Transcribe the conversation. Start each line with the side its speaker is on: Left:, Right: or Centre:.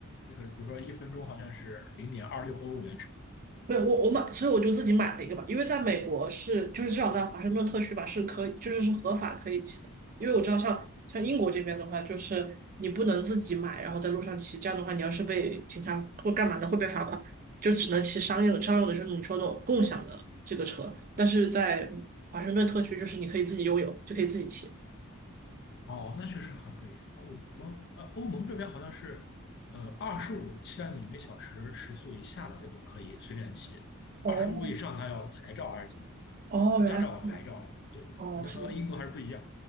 Left: 那个，比如说一分钟好像是零点二六欧元是吧？
Right: 没有，我我买，所以我就自己买了一个吧，因为在美国是，就是至少在华盛顿特区吧，是可以，就是是合法可以骑的。因为我知道像像英国这边的话，就是你不能自己买，然后在路上骑，这样的话，你要是被警察或干嘛的，会被罚款，就只能骑商用的，商用的就是你说那种共享的这个车。但是在华盛顿特区，就是你可以自己拥有，就可以自己骑。
Left: 哦，那确实很不一样。我们呃，欧盟这边好像是呃二十五千米每小时时速以下的这个可以随便骑，
Right: 哦
Left: 二十五以上它要牌照还是
Right: 哦，原来
Left: 驾照牌照，对，
Right: 哦是吗？
Left: 可能和英国还是不一样。